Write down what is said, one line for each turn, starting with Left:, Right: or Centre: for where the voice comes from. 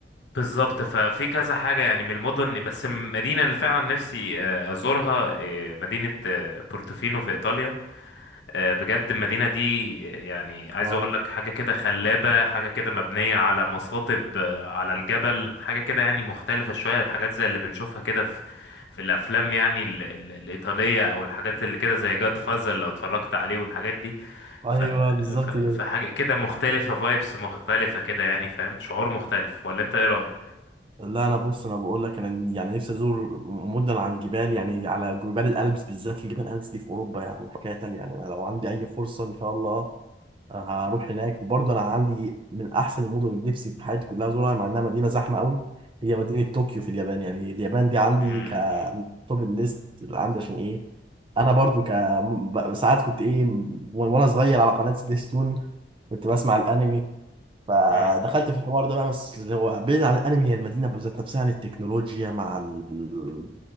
Left: بالظبط ففي كذا حاجة يعني من المدن بس المدينة اللي فعلا نفسي آه، أزورها آه، مدينة آه، بورتوفينو في إيطاليا آه، بجد المدينة دي يعني عايز
Right: اه
Left: مم. اقول لك حاجة كده خلابة حاجة كده مبنية على مصاطب آه، على الجبل حاجة كده يعني مختلفة شوية حاجات زي اللي بنشوفها كده في في الافلام يعني ال ال الإيطالية او الحاجات اللي كده زي جاد فازر لو اتفرجت عليه والحاجات دي
Right: ايوه
Left: ف
Right: بالظبط
Left: ف فحاجة
Right: كده
Left: كده مختلفة فايبس مختلفة كده يعني فاهم شعور مختلف ولا انت ايه رأيك؟
Right: لا انا بص انا بقول لك انا يعني نفسي ازور مدن على الجبال يعني على جبال الألبس بالذات الجبال الألبس دي في اوروبا يعني حكايه تانية يعني انا لو عندي اي فرصه ان شاء الله هروح هناك وبرضه انا عندي من احسن المدن اللي نفسي في حياتي كلها ازورها مع انها مدينه زحمه قوي هي مدينه طوكيو في اليابان يعني اليابان دي عندي
Left: امم
Right: ك توب الليست اللي عندي عشان ايه انا برضو ك م- ب- ساعات كنت ايه م- وانا صغير على قناه سبيستون كنت بسمع الانمي فدخلت
Left: امم
Right: في الحوار ده بقى بس اللي هو بعيد عن الانمي هي المدينه بذات نفسها عن التكنولوجيا مع ال-